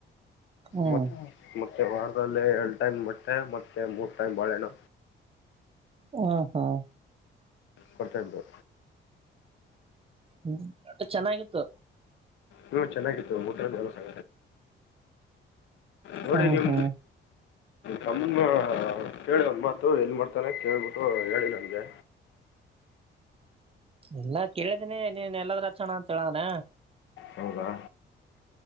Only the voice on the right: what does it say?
ಹ್ಮ್
ಹ ಹಾ
ಹ್ಮ ಮ ಚೆನ್ನಾಗಿತ್ತು
ಹ್ಮ್
ಹ್ಮ್
ಎಲ್ಲಾ ಕೇಳಿದೀನಿ ನೀನ್ ಎಲ್ಲದ್ರಚಣ ಅಂತ ಹೇಳಾನ